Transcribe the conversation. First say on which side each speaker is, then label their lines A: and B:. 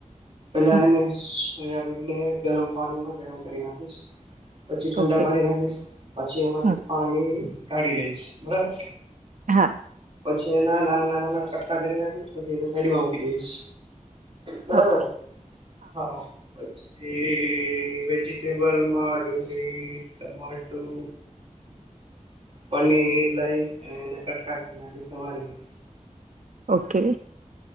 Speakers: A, on the right; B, on the right.
A: પેલા
B: હમ
A: એને એમને ગરમ પાણીમાં ગરમ કરી નાખીશ. પછી ઠંડા
B: ઓકે
A: પાડી ના લઈશ પછી એમાંથી
B: હમ
A: પાણી કાઢી લઈશ. બરાબર?
B: હા.
A: પછી એના નાના નાના નાના કટકા કરી નાખી પછી એને થેલીમાં મૂકી દઈશ. બરાબર.
B: ઓકે
A: હા. પછી વેજિટેબલમાં ડુંગળી ટમાટું પનીર લઈ અને એને કટકા કરી સવારી લ
B: ઓકે.